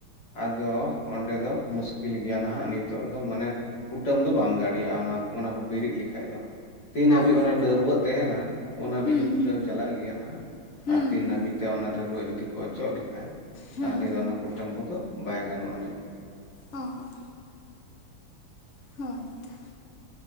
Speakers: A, on the left; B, on the left.
A: ᱟᱫᱚ ᱚᱸᱰᱮ ᱫᱚ ᱢᱩᱥ ᱩᱠᱤᱞ ᱜᱮᱭᱟ ᱱᱟᱦᱟᱜ ᱱᱤᱛᱚᱜ ᱫᱚ ᱢᱟᱱᱮ ᱠᱩᱴᱟᱹᱢ ᱫᱚ ᱵᱟᱢ ᱫᱟᱲᱮᱭᱟᱜᱼᱟ ᱚᱱᱟ ᱚᱱᱟ ᱠᱚ ᱵᱮᱨᱮᱫ ᱞᱮᱠᱷᱟᱡ ᱫᱚ ᱛᱤᱱ ᱦᱟᱹᱵᱤᱡ
B: ᱚ
A: ᱚᱱᱟ
B: ᱚ
A: ᱰᱟᱹᱨᱣᱟᱹᱜ ᱛᱮᱦᱮᱱᱟ ᱩᱱ ᱦᱟᱹᱵᱤᱡ
B: ᱦᱩᱸ
A: ᱫᱚ ᱠᱩᱴᱟᱹᱢ
B: ᱦᱩᱸ
A: ᱪᱟᱞᱟᱜ ᱜᱮᱭᱟ ᱱᱟᱦᱟᱜ
B: ᱦᱩᱸ
A: ᱟᱨ ᱛᱤᱱ
B: ᱦᱩᱸ
A: ᱦᱟᱹᱵᱤᱡ ᱛᱮ ᱚᱱᱟ ᱰᱟᱨ ᱨᱩᱣᱟᱹᱜ ᱡᱩᱫᱤ ᱠᱚ ᱚᱪᱚᱜ ᱞᱮᱠᱷᱟᱡ
B: ᱦᱩᱸ
A: ᱛᱟᱦᱞᱮ ᱫᱚ ᱚᱱᱟ ᱠᱩᱴᱟᱹᱢ ᱠᱚᱫᱚ ᱵᱟᱭ ᱜᱟᱱᱚᱜ ᱟᱹᱱᱤᱡ
B: ᱚ ᱚ ᱦᱳᱭ ᱛᱚ